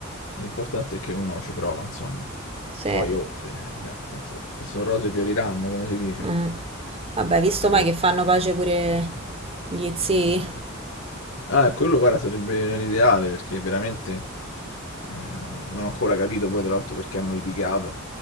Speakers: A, on the left; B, on the right.
A: L'importante è che uno ci prova, insomma.
B: Sì.
A: Poi, oh, se, cioè, nel senso, se sono rose fioriranno, come si dice.
B: Mh. Vabbè, visto
A: Capito?
B: mai che fanno pace pure gli zii?
A: Ah, e quello guarda sarebbe l'ideale perché veramente eh, non ho ancora capito poi tra l'altro perché hanno litigato.